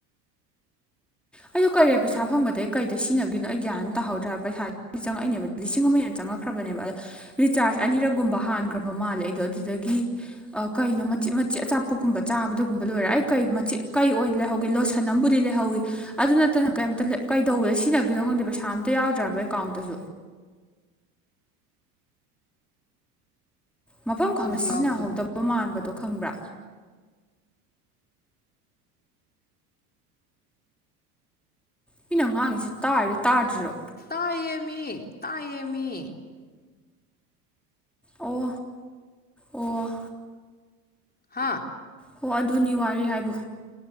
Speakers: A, in the centre; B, on the left.
A: ꯑꯩꯗꯣ ꯀꯥꯔꯌꯥ ꯄꯩꯁꯥ ꯐꯪꯕꯗꯩ ꯀꯩꯗ ꯁꯤꯖꯤꯟꯅꯈꯤꯅꯣ ꯑꯩ ꯒ꯭ꯌꯥꯟ ꯇꯥꯍꯧꯗ꯭ꯔꯦ ꯄꯩꯁꯥꯗꯤ ꯆꯪꯉꯛꯏꯅꯦꯕ ꯂꯤꯁꯤꯡ ꯑꯃ ꯍꯦꯟꯅ ꯆꯪꯉꯛꯈ꯭ꯔꯕꯅꯦꯕ ꯑꯗꯣ ꯔꯤꯆꯥꯔꯖ ꯑꯅꯤꯔꯛꯒꯨꯝꯕ ꯍꯥꯟꯈ꯭ꯔꯕ ꯃꯥꯜꯂꯦ ꯑꯩꯗꯣ ꯑꯗꯨꯗꯒꯤ ꯀꯩꯅꯣ ꯃꯆꯤꯠ ꯃꯆꯤꯠ ꯑꯆꯥꯄꯣꯠꯀꯨꯝꯕ ꯆꯥꯕꯗꯒꯨꯝꯕ ꯂꯣꯏꯔꯦ ꯑꯩ ꯀꯩ ꯃꯆꯤꯠ ꯀꯩ ꯑꯣꯏꯅ ꯂꯩꯍꯧꯒꯦ ꯂꯣ- ꯁꯟ ꯑꯃꯕꯨꯗꯤ ꯂꯩꯍꯧꯋꯤ ꯑꯗꯨ ꯅꯠꯇꯅ ꯀꯩꯝꯇ ꯀꯩꯗꯧꯕꯗ ꯁꯤꯖꯤꯟꯅꯈ꯭ꯔꯤꯅꯣ ꯈꯪꯗꯦ ꯄꯩꯁꯥ ꯑꯝꯇ ꯌꯥꯎꯗ꯭ꯔꯦꯕ ꯑꯦꯀꯥꯎꯟꯇꯁꯨ ꯃꯐꯝ ꯈꯪꯅ
B: ꯑꯩꯁꯨ
A: ꯁꯤꯖꯤꯟꯅꯍꯧꯗꯕ
B: ꯌꯥꯎꯗꯦ
A: ꯃꯥꯟꯕꯗꯣ ꯈꯪꯕ꯭ꯔꯥ ꯃꯤꯅ ꯉꯥꯡꯉꯤꯁꯤ ꯇꯥꯔꯤꯔꯣ ꯇꯥꯗ꯭ꯔꯤꯔꯣ
B: ꯇꯥꯏꯌꯦꯃꯤ ꯇꯥꯏꯌꯦꯃꯤ
A: ꯑꯣ ꯑꯣ
B: ꯍꯥ
A: ꯍꯣ ꯑꯗꯨꯅꯤ ꯋꯥꯔꯤ ꯍꯥꯏꯕꯨ